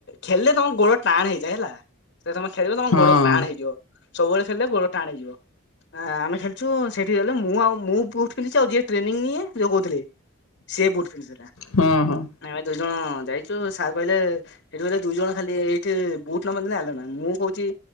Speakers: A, on the left; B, on the left.
A: ଖେଳିଲେ ତମ ଗୋଡ ଟାଣ ହେଇଯାଏ ହେଲା, ଯଦି ତମେ ଖେଳିବ ତମ
B: ହଁ
A: ଗୋଡ ଟାଣ ହେଇଯିବ। ସବୁବେଳେ ଖେଳିଲେ ଗୋଡ ଟାଣ ହେଇଯିବ। ଆ ଆମେ ଖେଳଛୁ ସେଠି ଗଲେ ମୁଁ ଆଉ ମୁଁ ବୁଟ ପିନ୍ଧିଛି, ଆଉ ଯିଏ ଟ୍ରେନିଂ ନିଏ ଯୋଉ କହୁଥିଲି। ସିଏ ବୁଟ ପିନ୍ଧିଥିଲା,
B: ହଁ ହଁ
A: ଆମେ ଦୁଇ ଜଣ ଯାଇ ଯୋଉ ସାର୍ କହିଲେ ଏଠି ବୋଧେ ଦୁଇ ଜଣ ଖାଲି ଏଇଠି ବୁଟ ନପିନ୍ଧିଲେ ଆଲାଉ ନାହିଁ, ମୁଁ କହୁଛି